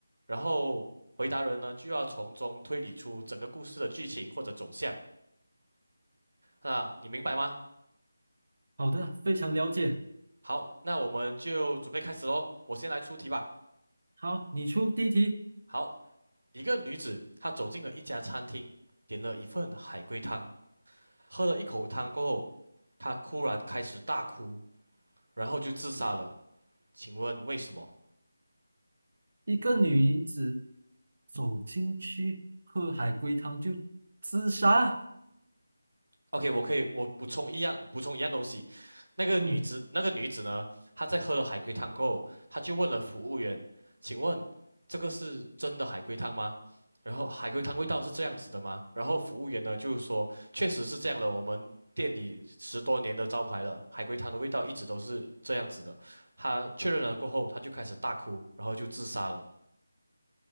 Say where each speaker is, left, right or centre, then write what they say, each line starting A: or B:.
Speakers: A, on the right; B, on the right.
A: 然后。回答人呢就要从中推理出整个故事的剧情或者走向。那你明白吗？
B: 好的，非常了解。
A: 好，那我们就准备开始喽。我先来出题吧。
B: 好，你出第一题。
A: 好，一个女子她走进了一家餐厅，点了一份海龟汤，喝了一口汤过后，她突然开始大哭，然后就自杀了。请问为什么？
B: 一个女子走进去喝海龟汤就自杀，
A: OK，我可以，我补充一样，补充一样东西。那个女子，
B: 嗯，
A: 那个女子呢，她在喝了海龟汤过后，她就问了服务员：“请问这个是真的海龟汤吗？然后海龟汤味道是这样子的吗？”然后服务员呢就是说：“确实是这样的，我们店里十多年的招牌了，海龟汤的味道一直都是这样子的。”她确认了过后，她就开始大哭，然后就自杀了。